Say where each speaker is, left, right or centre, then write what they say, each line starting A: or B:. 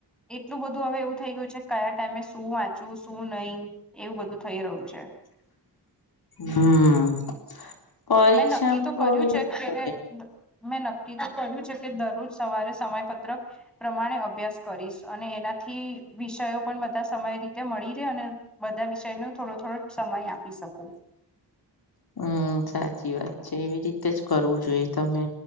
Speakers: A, in the centre; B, on the left.
A: એટલું બધું હવે એવું થઇ ગયું છે કયા ટાઈમે શું વાંચવું શું નહી એવું બધું થઈ રહ્યું છે.
B: હમ, પરીક્ષામાં
A: મેં નક્કી તો કર્યું છે કે
B: તો એ
A: મેં નક્કી તો કર્યું છે કે દરરોજ સવારે સમયપત્રક પ્રમાણે અભ્યાસ કરીશ અને એનાથી વિષયો પણ બધા સમય રી તે મળી રહેે અને બધા વિષયને થોડો થોડો સમય આપી શકું.
B: હમ સાચી વાત છે એવી રીતે જ કરવું જોઈએ તમે